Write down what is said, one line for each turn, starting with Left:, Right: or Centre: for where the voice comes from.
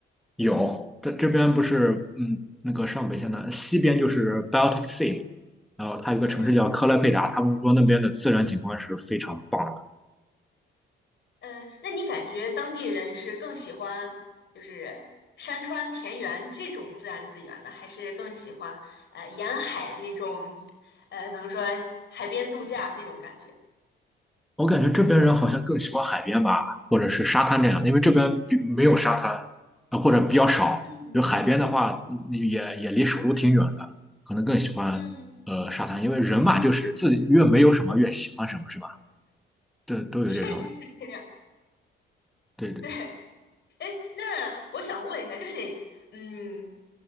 Centre: 有，它这边不是嗯那个上北线的西边就是 Baltic Sea，然后它有个城市叫克莱佩达，
Left: 嗯，
Centre: 他们说那边的自然景观是非常棒的。
Left: 呃，那你感觉当地人是更喜欢就是山川田园这种自然资源呢，还是更喜欢呃沿海那种呃怎么说海边度假那种感觉？
Centre: 我感觉这边人好像更喜欢海边吧，或者是沙滩这样，因为这边比没有沙滩，啊，或者比较少。
Left: 嗯
Centre: 就海边的话，嗯也也离首都挺远的，可能更喜欢
Left: 嗯，
Centre: 呃沙滩，因为人嘛，就是自己越没有什么越喜欢什么，是吧？对，都有这种，
Left: 确实是这样，
Centre: 对对，
Left: <laughs> 对。哎，那我想问一下，就是，嗯，